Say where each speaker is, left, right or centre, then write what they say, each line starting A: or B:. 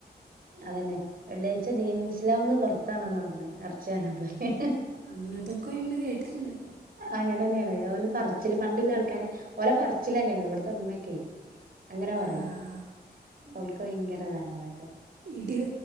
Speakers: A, on the right; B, on the right.
A: അതന്നെ വെള്ളിയാഴ്ച ദീനുൽ ഇസ്ലാമ്ന്ന് പൊറ് താണ് <unintelligible> പറ്ഞ്ഞ് എറ്ച് ച്ചങ്ങ ഹ് ഹ്.
B: അങ്ങനെ എന്തൊക്കെ ഉണ്ട് കേട്ടിട്ടുണ്ട്
A: അങ്ങനെന്നെയാണ് ഓ പറില് പണ്ടുള്ള ആൾക്കാര്െ ഓലെ പറിച്ചില അങ്ങനെയ ഇവിടുത്തെ ഉമ്മയൊക്കെ അങ്ങനെ പറയും
B: ആഹ്
A: അവൾക്ക് ഭയങ്കരതാണ് അതൊക്കെ
B: ഇട്